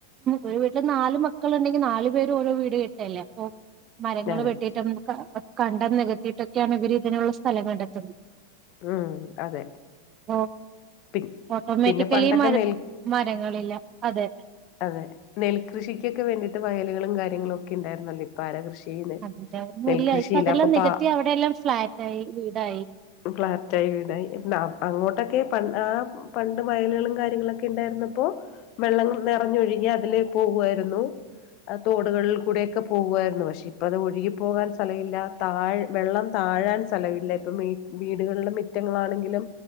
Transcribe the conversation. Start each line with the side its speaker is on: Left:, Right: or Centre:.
Right: ഒരു വീട്ടില് നാല് മക്കള്ണ്ടെങ്കി നാലു പേരും ഓരോ വീട് കെട്ടല്ലെ അപ്പോ മരങ്ങള്
Left: അതെ
Right: വെട്ടീട്ടാ <unintelligible> ക്ക ആഹ് കണ്ടം നികത്തിട്ടൊക്ക്യാണ് ഇവര് ഇതിനുള്ള സ്ഥലം കണ്ടെത്ത്ന്നത്
Left: ഉം അതെ
Right: ഓ
Left: പി
Right: ഓട്ടോമാറ്റിക്കലി
Left: പിന്നെ പണ്ടൊക്കെ
Right: മര
Left: നെൽ
Right: മരങ്ങളില്ല അതെ
Left: അതെ നെൽകൃഷിക്ക്യൊക്കെ വേണ്ടീട്ട് വയലുകളും കാര്യങ്ങളും ഒക്കെ ഉണ്ടായിരുന്നല്ലോ ഇപ്പ ആരാ കൃഷി ചെയ്യുന്നേ
Right: അത <unintelligible> ഒന്നുംല്ല
Left: നെൽകൃഷിയില്ല
Right: ഇപ്പം അതെല്ലാം
Left: അപ്പൊ
Right: നികത്തി
Left: പ
Right: അവിടെ എല്ലാം ഫ്ളാറ്റായി വീടായി
Left: ഫ്ളാറ്റായി വീടായി അങ്ങോട്ടൊക്കെ പൻ ആ പണ്ട് വയലുകളും കാര്യങ്ങളൊക്കെ ഇണ്ടായിരുന്നപ്പോ വെള്ളം നെറഞ്ഞൊഴുകിയാ അതിലേ പോകുവായിരുന്നു ആ തോടുകളിൽ കൂടെക്കെ പോകുവാ യിരുന്നു പഷേ ഇപ്പത് അത് ഒഴുകി പോകാൻ സ്ഥലവില്ലാ താഴ് വെള്ളം താഴാൻ സ്ഥലവില്ല ഇപ്പം വീടുകളില് മിറ്റങ്ങളാണെ ങ്കിലും